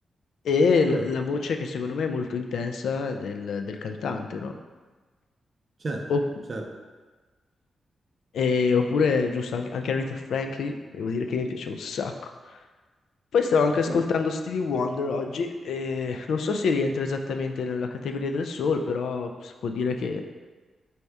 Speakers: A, on the left; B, on the right.
A: E
B: Mm,
A: l- la voce che secondo me è molto intensa del, del cantante, no?
B: certo,
A: Opp-
B: certo.
A: e- oppure, giusto, anche, anche Aretha Franklin, devo dire che mi piace un sacco. Poi stavo anche
B: Ok,
A: ascoltando Stevie Wonder oggi e non so se rientra esattamente nella categoria del soul, però si può dire che,